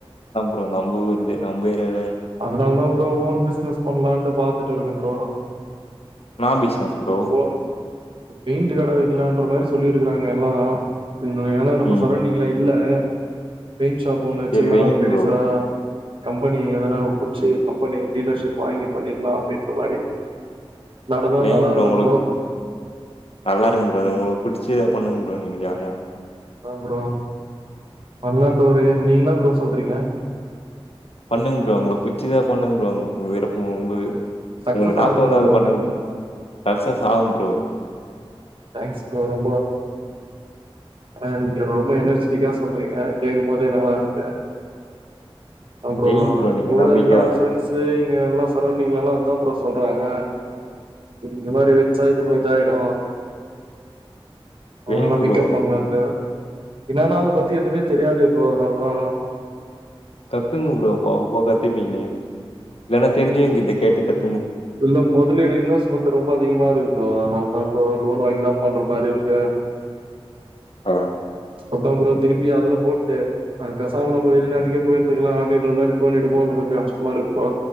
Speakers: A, on the left; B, on the right.
A: இப்ப நம்ப ஊர்லே நம்ப ஏரியாவ்லே
B: அதுனால தா ப்ரோ ஓன் பிஸ்னஸ் பண்லான்ட்டு பாத்துட்டு இருக்க ப்ரோ
A: இன்னா பிஸ்னஸ் ப்ரோ
B: இப்ப பெயிண்ட்டு கட வெக்கலான்ற மாரி சொல்லிருக்கறாங்க எல்லா இங்க வேற நம்ப
A: ம்
B: சரவ்ண்டிங்லா இல்ல பெயிண்ட் ஷாப் ஒண்ணு வச்சில்லா
A: சரி வைங்க
B: பெருசா
A: ப்ரோ
B: கம்பெனி எதனா புச்சு கம்பெனி டீலர்ஷிப் வாங்கி பண்ணிலா அப்டின்ற மாரி நடந்தா
A: வைங்க
B: நல்லா இருக்கும்
A: உங்களுக்கு
B: ப்ரோ
A: நல்லா இருக்கும் ப்ரோ நீ உங்ளுக் புடிச்சுதா பண்ணுங்க ப்ரோ நீங்க ஜாலியா
B: அதா ப்ரோ பண்லான்ட்டு இருக்குற நீங்க இன்னா ப்ரோ சொல்றீங்க
A: பண்ணுங் ப்ரோ உங்களுக்கு பிடிச்சிதா பண்ணுங் ப்ரோ அவங்ளுக் விருப்பம் வந்து
B: சக்சஸ்
A: உங்ளுக் இன்னா
B: ஆகுங்களா
A: தோண்ந்தோ வந்து அது பண்ணுங் ப்ரோ சக்சஸ் ஆகும் ப்ரோ
B: தேங்க்ஸ் ப்ரோ ரொம்ப ஆனா நீங்க ரொம்ப எனர்ஜிட்டிக்கா சொல்றீங்க கேக்கம் போதே நல்லாருக்கு அப்பறோ
A: வைங்க ப்ரோ நீங்க
B: கூட
A: நம்பிக்கையா
B: எல்லா ஃப்ரண்ஸ் வந்து இங்க எல்லா சரோண்டிங்லல்லா அப்டிதா ப்ரோ சொல்றாங்க இங்க மாரி வச்சா இது போ இதாய்டு அவுங்கல்லா
A: வைங்க
B: பிக்கப்
A: ப்ரோ
B: பண்லான்ட்டு என்னானா அது பத்தி எதுமே தெரியாது ப்ரோ அதுனால்தா
A: கத்துகங்க ப்ரோ பாவ போக கத்துப்பீங்க நீங்க இல்லேனா தெருஞ்சவுங்க கிட்ட கேட்டு கத்
B: இல்ல மொதலீடு இன்வஸ்ட்மண்ட் ரொம்ப அதிகமா இருக்கு ப்ரோ அதுனால தா இப்போ லோன் வாங்கிதா பண்ற மாரி இருக்கு
A: ஆ
B: அதா ப்ரோ திருப்பி அதுல போட்டு அதுக்கு பேசாம நம்ம வெளிநாட்டுக்கே போயிருந்துக்கலா அப்டின்ற மாரி தோணிடுமோ கொஞ்சோ கஷ்டமா இருக்கு ப்ரோ